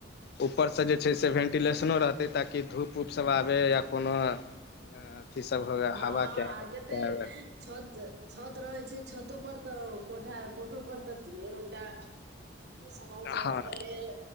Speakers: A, on the left (about 55°); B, on the right (about 60°).
A: ऊपर स जे छै से भेन्टिलेशनो रहतै ताकि धूप उप सभ आबए या कोनो <unintelligible>
B: हाॅं
A: हवा
B: हाॅं
A: के के
B: आ कते
A: आबे।
B: छत छत रहै छै छतो पर त कोठा कोठो पर तऽ एकटा सामान सब
A: हँ
B: राख लेल